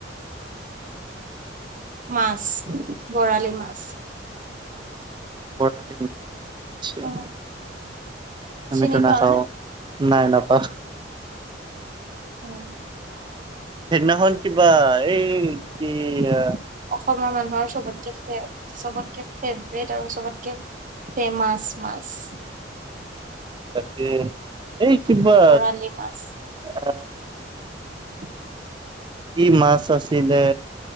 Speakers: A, on the right (about 45°); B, on the right (about 25°).
A: মাছ বৰালি মাছ
B: বৰালি মাছ আচ্ছা
A: অ
B: আমিতো
A: চিনি
B: নাখাওঁ
A: পাও নে
B: নাই নাপাওঁ।
A: হুম
B: সেইদিনাখন কিবা এই কি আ
A: অসমৰ মানুহৰ চবতছে চবতকে ফ্ৰেভৰেট আৰু চবতকে ফ্ৰেমাচ মাছ
B: তাকে এই কিবা
A: বৰালি মাছ
B: আ
A: <unintelligible>
B: কি মাছ আছিলে